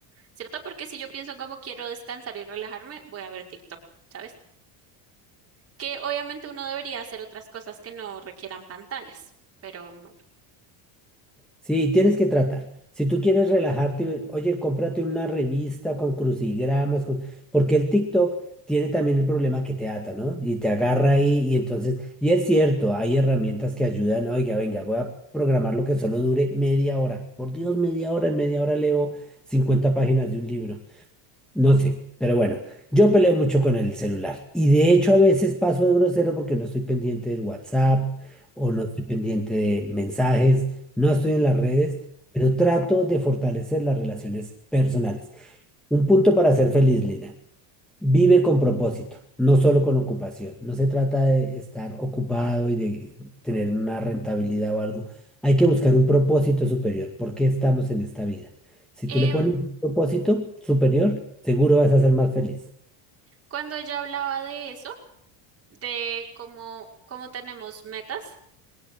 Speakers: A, on the right; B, in the centre.
A: ¿cierto? Porque si yo pienso como quiero descansar y relajarme, voy a ver TikTok, ¿sabes? Que obviamente uno debería hacer otras cosas que no requieran pantallas, pero bueno.
B: Sí, tienes que tratar. Si tú quieres relajarte, oye, cómprate una revista con crucigramas, con- porque el TikTok tiene también el problema que te ata, ¿no? Y te agarra ahí y entonces, y es cierto, hay herramientas que ayudan, oiga, venga, voy a programar lo que solo dure media hora. Por Dios, media hora, en media hora leo 50 páginas de un libro. No sé, pero bueno, yo peleo mucho con el celular y de hecho a veces paso de grosero porque no estoy pendiente del WhatsApp o no estoy pendiente de mensajes, no estoy en las redes, pero trato de fortalecer las relaciones personales. Un punto para ser feliz, Lina. Vive con propósito, no solo con ocupación. No se trata de estar ocupado y de tener una rentabilidad o algo. Hay que buscar un propósito superior. ¿Por qué estamos en esta vida? Si
A: Em,
B: tú le pones un propósito superior, seguro vas a ser más feliz.
A: Cuando ella hablaba de eso, de cómo, cómo tenemos metas,